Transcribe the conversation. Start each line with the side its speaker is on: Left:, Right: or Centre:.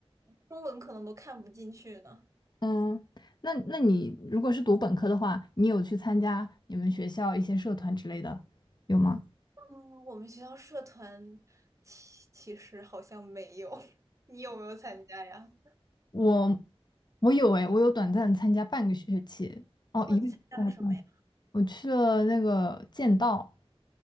Right: 中文可能都看不进去呢。
Left: 嗯，那那你如果是读本科的话，你有去参加你们学校一些社团之类的，有吗？
Right: 嗯，我们学校社团其其实好像没有，<laughs> 你有没有参加呀？
Left: 我我有诶，我有短暂参加半个学期，哦，
Right: 哦，
Left: 一个学期还不到
Right: 你参加了什么呀？
Left: 我去了那个剑道，